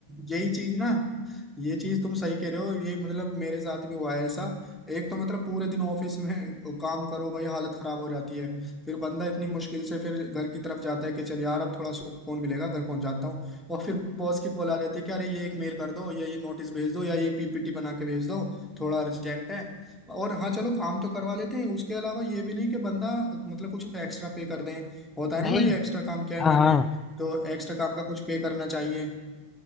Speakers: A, in the centre; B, on the left.
A: यही चीज ना ये चीज तुम सही कह रहे हो ये मतलब मेरे साथ भी हुआ है ऐसा एक तो मतलब पूरे दिन ऑफिस में काम करो भाई हालत खराब हो जाती है फिर बंदा इतनी मुश्किल से फिर घर की तरफ जाता है कि चल यार अब थोड़ा सुकून मिलेगा घर पहुंच जाता हूँ और फिर बॉस की कॉल आ जाती है कि अरे ये एक मेल कर दो या ये नोटिस भेज दो या ये पीपीटी बना के भेज दो थोड़ा अर्जेंट है और हाँ चलो काम तो करवा लेते हैं उसके अलावा ये भी नहीं कि बंदा मतलब कुछ एक्स्ट्रा पे कर दें होता है
B: नहीं
A: ना भाई एक्स्ट्रा काम किया है
B: हाँ
A: मैंने
B: हाँ
A: तो एक्स्ट्रा काम का कुछ पे करना चाहिए